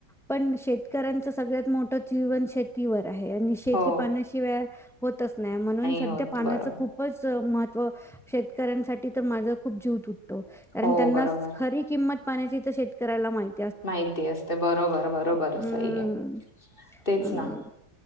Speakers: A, in the centre; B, on the left (about 30°).
A: पण शेतकऱ्यांचं सगळ्यात मोठं जीवन शेतीवर आहे. आणि शेती
B: हो,
A: पाण्याशिवाय होतच नाही, म्हणून सध्या
B: होत.
A: पाण्याच
B: बरोबर.
A: खूपचं महत्त्व शेतकऱ्यांसाठी तर माझं खूप जीव तु टतो. कारण
B: हो,
A: त्यांना
B: बरोबर.
A: खरी किंमत पाण्याची तर शेतकऱ्याला माहित
B: माहिती असते बरोबर बरोबर
A: हम्म.
B: सही आहे, तेच
A: अम
B: ना.